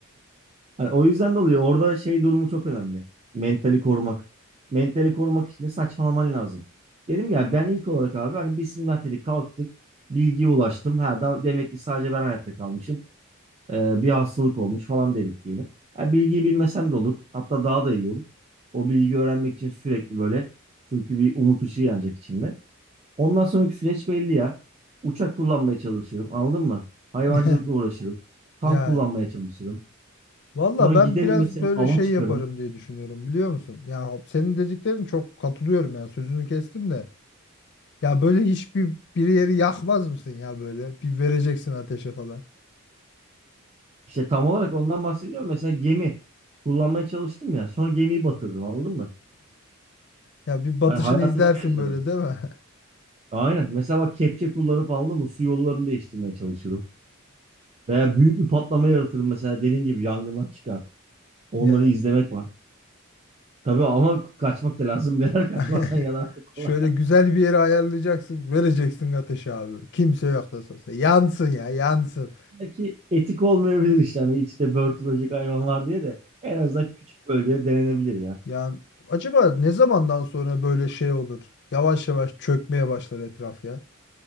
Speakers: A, on the right; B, on the left.
A: Hani o yüzden de oluyor. Orada şey durumu çok önemli. Mentali korumak. Mentali korumak için de saçmalaman lazım. Dedim ya ben ilk olarak abi hani bismillah dedik kalktık. Bilgiye ulaştım. Ha da demek ki sadece ben hayatta kalmışım. Ee, bir hastalık olmuş falan dedik diyelim. Ha, bilgiyi bilmesen de olur. Hatta daha da iyi olur. O bilgiyi öğrenmek için sürekli böyle. Çünkü bir umut ışığı yanacak içinde. Ondan sonraki süreç belli ya. Uçak kullanmaya çalışırım. Anladın mı? Hayvancılıkla
B: <laughs>
A: uğraşırım. Tank
B: Yani
A: kullanmaya çalışırım.
B: valla
A: Sonra
B: ben
A: giderim
B: biraz
A: mesela
B: böyle
A: ava
B: şey
A: çıkarım.
B: yaparım diye düşünüyorum biliyor musun? Ya senin dediklerin çok katılıyorum ya sözünü kestim de. Ya böyle hiçbir bir yeri yakmaz mısın ya böyle? Bir vereceksin ateşe falan.
A: İşte tam olarak ondan bahsediyorum. Mesela gemi kullanmaya çalıştım ya. Sonra gemiyi batırdım anladın mı?
B: Ya bir batışını
A: Hani hayatı
B: izlersin
A: böyle yaşadım.
B: böyle değil mi? <laughs>
A: Aynen. Mesela bak kepçe kullanıp anladın mı? Su yollarını değiştirmeye çalışırım. Veya büyük bir patlama yaratırım mesela dediğin gibi yangınlar çıkar. Onları
B: Ya
A: izlemek var. Tabii ama kaçmak da lazım. <laughs> Birader kaçmazsan
B: <laughs>
A: yanarsın
B: şöyle
A: valla.
B: güzel bir yere ayarlayacaksın vereceksin ateşe abi. Kimse yok nasıl olsa. Yansın ya yansın.
A: <laughs> Belki etik olmayabilir işte. Hani içinde börtü böcek hayvan var diye de en azından küçük bölgede denenebilir ya.
B: Yani acaba ne zamandan sonra böyle şey olur? Yavaş yavaş çökmeye başlar etraf ya.